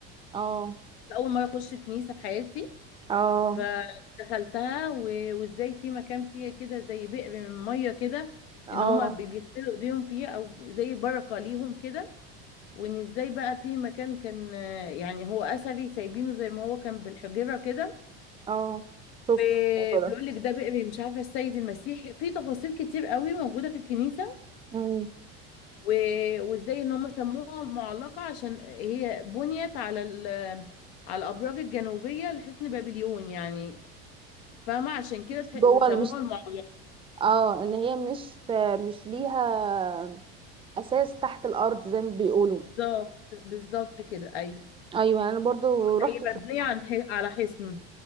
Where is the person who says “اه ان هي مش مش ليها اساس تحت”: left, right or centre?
Right